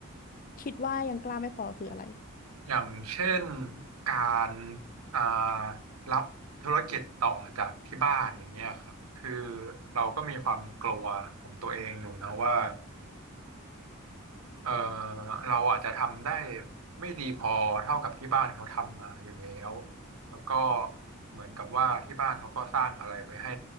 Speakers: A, on the left (about 40°); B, on the right (about 80°).
A: คิดว่ายังกล้าไม่พอคืออะไร
B: อย่างเช่นการอ่ารับธุรกิจต่อจากที่บ้านอย่างเงี้ยครับคือเราก็มีความกลัวของตัวเองอยู่นะว่าเออเราอาจจะทำได้ไม่ดีพอเท่ากับที่บ้านเขาทำมาอยู่แล้วแล้วก็เหมือนกับว่าที่บ้านเขาก็สร้างอะไรไปให้